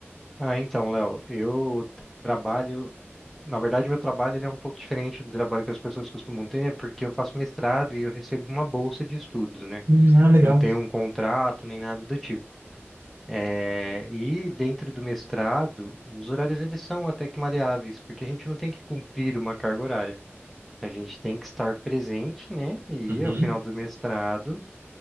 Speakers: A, in the centre; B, on the right.
A: Ah, então, Léo, eu trabalho. Na verdade, meu trabalho ele é um pouco diferente do trabalho que as pessoas costumam ter, né? Porque eu faço mestrado e eu recebo uma bolsa de estudos, né?
B: Hum, ah, legal.
A: Eu não tenho um contrato nem nada do tipo. É, E dentro do mestrado, os horários eles são até que maleáveis, porque a gente não tem que cumprir uma carga horária. A gente tem que estar presente, né? E
B: Uhum,
A: ao final do mestrado.